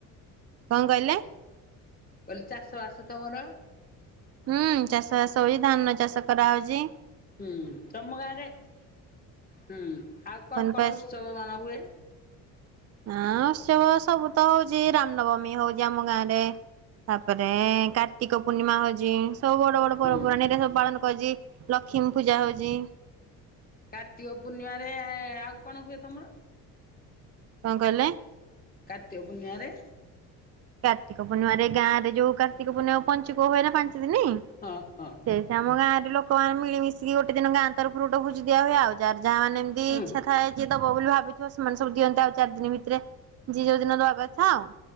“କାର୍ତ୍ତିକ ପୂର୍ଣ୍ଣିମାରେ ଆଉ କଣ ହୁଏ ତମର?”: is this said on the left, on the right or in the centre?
Left